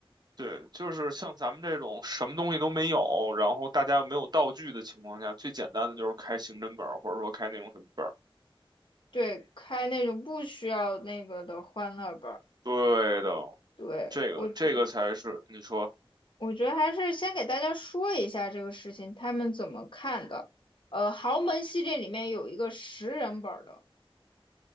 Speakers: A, on the right; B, on the left.
A: 对，就是像咱们这种什么东西都没有，然后大家又没有道具的情况下，最简单的就是开刑侦本儿，或者说开那种什么本儿。
B: 对，开那种不需要那个的欢乐本儿，
A: 对的，
B: 对，
A: 这个这个才是你说
B: 我觉我觉得还是先给大家说一下这个事情，他们怎么看的。呃，豪门系列里面有一个十人本儿的，